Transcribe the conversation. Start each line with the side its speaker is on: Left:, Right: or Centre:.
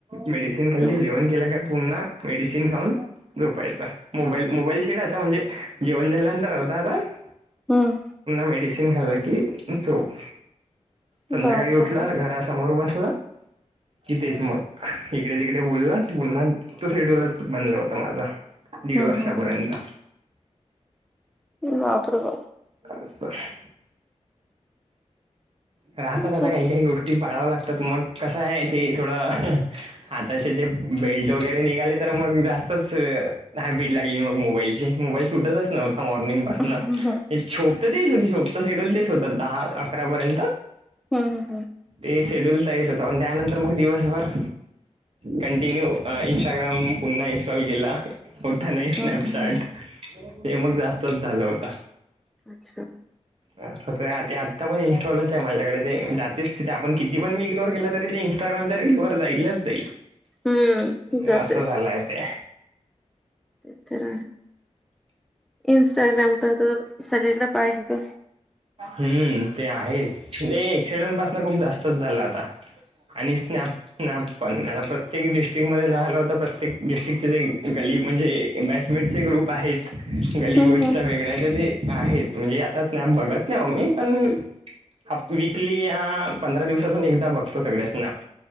Right: मेडिसिन
Centre: हम्म
Right: खाल्ली जेवण केलं का पुन्हा मेडिसीन खाऊन झोपायचा. मोबाईल मोबाईलशी म्हंजे असं म्हणजे जेवन झाल्यानंतर अर्धा तास.
Centre: हम्म.
Right: मेडस खाल की झोप संध्याकाळी
Centre: बापरे
Right: उठलं
Centre: बाप
Right: समर बस इथेच मग इकडे तिकडे बोलला बन्हा तो सेड्यूलच बनला होता माझा. दीड
Centre: हम्म
Right: वर्षापर्यंत.
Centre: हम्म बाप रे बाप.
Right: असं हाय. राहता राहता
Centre: सोप
Right: काही काही गोष्टी बाळाव्या लागतात मग कसं आहे ते थोडं आता असे ते बेल्ट वगैरे निघाले तर मग जास्तच हाय भीट लागली मग मोबाईलची मोबाईल सुटतच नव्हता मॉर्निंग ना
Centre: हम्म हम्म
Right: शोप तर तेच होती शोपच शेड्यूल तेच होतं दहा अकरापर्यंत.
Centre: हम् हम् हम.
Right: ते शेड्यूल तरच होता पण त्यानंतर मग दिवसभर. कंटिन्यू इंस्टाग्राम पुन्हा इन्स्टॉल केला. होत नाही स्नॅपचॅट
Centre: हम्म हम्म
Right: हे मग जास्तच झालं होत.
Centre: अच्छा.
Right: आ आत्ता पण इनस्टालच आहे माझ्याकडे ते जातेच तिथे आपण किती पण मी इग्नोर केला तरी तेई इंस्टाग्रामच्या रील वर जाईलच जाईल
Centre: हम्म जातेच
Right: असं झालंय ते.
Centre: ते तर आहे इं्स्टाग्राम तर तर सगळीकडे पाहिजे तच
Right: हम्म ते आहेच नाही एक्सिडेंट पासन खूप जास्तच झालं आता आणि स्नॅप ना पण मला प्रत्येक डिस्ट्रिक्ट ममध्येध्ये राहाला होत प्रत्येक डिस्ट्रिकचे ते गली म्हणजे बॅटमेटचे ग्रुप आहेत गलीबोई
Centre: हम्म हम्म
Right: वेगळ तरी आहेत म्हणजे आताच नाही बघत नाही आ मी पण ह वीकली ह पंधरा दिवसातून एकदा बघतो सगळ्यांसना